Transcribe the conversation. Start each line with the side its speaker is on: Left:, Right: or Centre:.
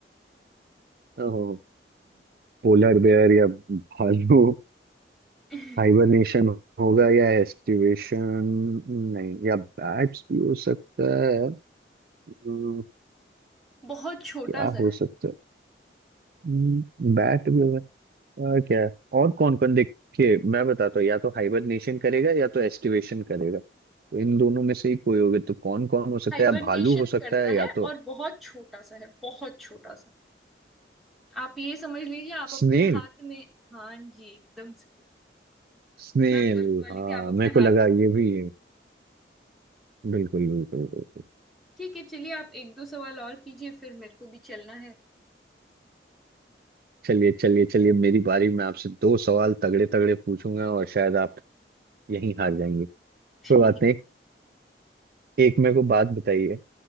Right: ओहो पोलर बेयर या भालू
Centre: <laughs>
Right: हाइबरनेशन होगा या एस्टिवेशन नहीं या बैट्स भी हो सकता है हम्म,
Centre: बहुत छोटा
Right: क्या
Centre: सा
Right: हो
Centre: है
Right: सकता है हम्म, बैट भी हो गया और क्या है? और कौन कौन देखिए मैं बताता हूँ या तो हाइबरनेशन करेगा या तो एस्टिवेशन करेगा तो इन दोनों में से ही कोई होगा तो कौन कौन हो सकता
Centre: हाइबरनेशन
Right: है या भालू हो सकता
Centre: करता
Right: है या
Centre: है
Right: तो
Centre: और बहुत छोटा सा है बहुत छोटा सा आप ये समझ लीजिए आप अपने
Right: स्नेल
Centre: हाथ में हाँ जी एकदम सही
Right: स्नेल
Centre: मैं बोलने वाली
Right: हाँ
Centre: थी आप अपने
Right: मेरे को
Centre: हाथ
Right: लगा
Centre: में
Right: ये भी है बिल्कुल बिल्कुल बिल्कुल
Centre: ठीक है चलिए आप एक दो सवाल और कीजिए फिर मेरे को भी चलना है
Right: चलिए चलिए चलिए मेरी बारी मैं आपसे दो सवाल तगड़े तगड़े पूछूंगा और शायद आप यहीं हार जाएंगे कोई
Centre: <laughs>
Right: बात नहीं एक मेरे को बात बताइए